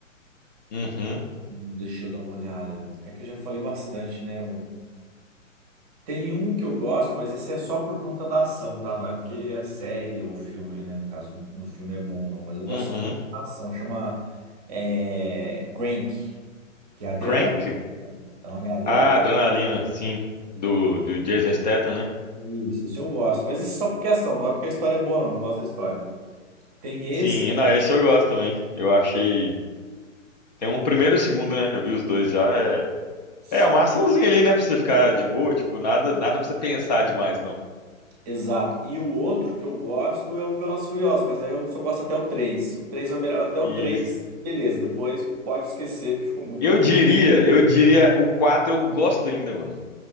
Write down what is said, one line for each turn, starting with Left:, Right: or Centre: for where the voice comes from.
Left: Uhum.
Right: hum, deixa eu dar uma olhada. É que eu já falei bastante, né? Tem um que eu gosto, mas esse é só por conta da ação, tá? Não é porque é série ou filme, né? No caso, no filme é bom, não. Mas eu gosto
Left: Uhum.
Right: só por conta da ação. Chama é, Crank, que é Adrenalina.
Left: Crank?
Right: O nome é Adrenalina.
Left: Ah, Adrenalina, sim, do do Jason Statham, né?
Right: Isso, esse eu gosto. Mas esse é só porque é ação, não é porque a história é boa, não. Não gosto da história. Tem esse.
Left: Sim, e não, esse eu gosto também. Eu achei tem um primeiro e o segundo, né? Eu vi os dois já. É,
Right: esse-
Left: é uma açãozinha ali, né, pra você ficar de boa, tipo, nada nada pra você pensar demais, não.
Right: Exato. E o outro que eu gosto é o Velozes e Furiosos, mas aí eu só gosto até o três O 3 é o melhor. Até o
Left: Isso.
Right: 3 beleza. Depois pode esquecer, que ficou muito
Left: Eu
Right: ruim.
Left: diria, eu diria o 4 eu gosto ainda, mano.